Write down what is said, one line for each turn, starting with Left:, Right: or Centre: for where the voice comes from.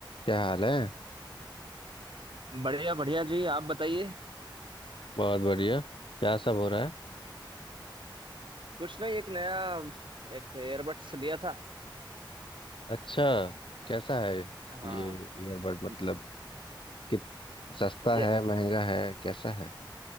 Left: क्या हाल है
Right: बढ़िया बढ़िया जी आप बताइए
Left: बहुत बढ़िया क्या सब हो रहा है
Right: कुछ नहीं एक नया एक एयरबड्स लिया था
Left: अच्छा कैसा है
Right: हाँ
Left: ये ईयरबड मतलब
Right: अम,
Left: कित सस्ता
Right: ये
Left: है महंगा है कैसा है